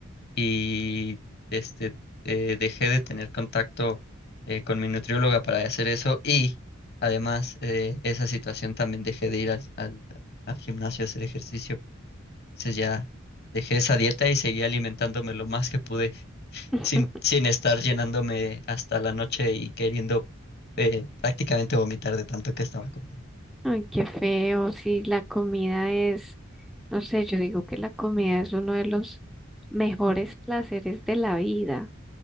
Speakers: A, on the left; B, in the centre.
A: y este, eh, dejé de tener contacto eh, con mi nutrióloga para hacer eso y además eh, esa situación también dejé de ir al, al- al gimnasio a hacer ejercicio. Entonces ya dejé esa dieta y seguí alimentándome lo más que pude <laughs>
B: <laughs>
A: sin, sin estar llenándome hasta la noche y queriendo eh, prácticamente vomitar de tanto que estaba comiendo.
B: Ay, qué feo, si la comida es, no sé, yo digo que la comida es uno de los mejores placeres de la vida.